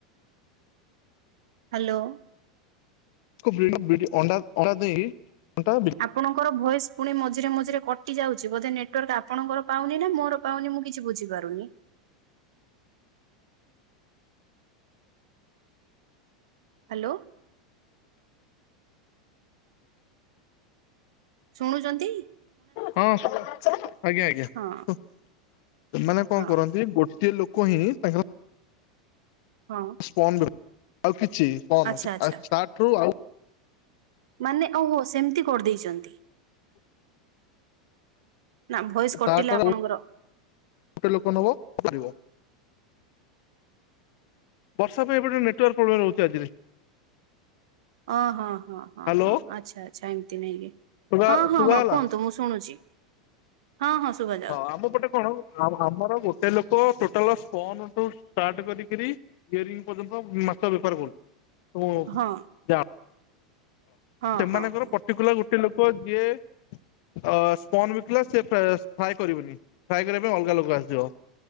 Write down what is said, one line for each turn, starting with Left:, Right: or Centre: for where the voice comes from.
Right: ହାଲୋ।
Left: <unintelligible> ଅଣ୍ଡା ଅଣ୍ଡା ଦେଇ ଅଣ୍ଡା ବି
Right: ଆପଣଙ୍କର ଭଏସ୍ ପୁଣି ମଝିରେ ମଝିରେ କଟି ଯାଉଚି ବୋଧେ ନେଟୱାର୍କ ଆପଣଙ୍କର ପାଉନିନା ମୋର ପାଉନି ମୁଁ କିଛି ବୁଝିପାରୁନି। ହାଲୋ। ଶୁଣୁଚନ୍ତି?
Left: ହଁ ଆଜ୍ଞା ଆଜ୍ଞା କୁଅ
Right: ହଁ
Left: ସେମାନେ କଣ
Right: ହଁ
Left: କରନ୍ତି ଗୋଟିଏ ଲୋ କହି ତାଙ୍କର
Right: ହଁ।
Left: ପନ୍ ରୁ ଆଉ କିଛି ପନ୍
Right: ଆଚ୍ଛା
Left: ଆଉ
Right: ଆଚ୍ଛା
Left: ଷ୍ଟାଟେରୁ ଆଉ
Right: ମାନେ ଓହୋ ସେମିତି କରିଦେଇଚନ୍ତି। ନା ଭଏସ୍ କଟିଲା
Left: ତାଠାରୁ
Right: ଆପଣଙ୍କର।
Left: ଆଉ ଗୋଟେ ଲୋକ ନବ କରିବ। ବର୍ଷା ପାଇଁ ଏପଟେରେ ନେଟୱର୍କ ପ୍ରୋବ୍ଲେମ୍ ରହୁଚି ଆଜିରେ।
Right: ଓଁ ହଁ ହଁ ହଁ
Left: ହ୍ୟାଲୋ
Right: ହଁ ଆଚ୍ଛା ଆଚ୍ଛା ଏମିତି ନାଇଁ କି
Left: ଶୁଭା
Right: ହଁ ହଁ
Left: ଶୁଭାଗଲା।
Right: ହଁ କୁହନ୍ତୁ ମୁଁ ଶୁଣୁଚି। ହଁ ହଁ ଶୁବା
Left: ହଁ ଆମ ପଟେ କଣ ଆମର ଗୋଟେ ଲୋକ ଟୋଟାଲେ ସ୍ପନଠୁ ଷ୍ଟାଟେ କରିକରି ଇୟରିଙ୍ଗ ପର୍ଯ୍ୟନ୍ତ ମାଛ ବେପାର କରୁଚି ଓ
Right: ହଁ
Left: ଜାଆଁଳ
Right: ହଁ
Left: ସେମାନଙ୍କର
Right: ହଁ ହଁ
Left: ପର୍ଟିକୁଲାର ଗୋଟେ ଲୋକ ଯିଏ ଅ ସ୍ପନ ବିକିଲା ସେ ଫ୍ରାଏ କରିବନି ଫ୍ରାଏ କରିବା ପାଇଁ ଅଲଗା ଲୋକ ଆସିଯିବ।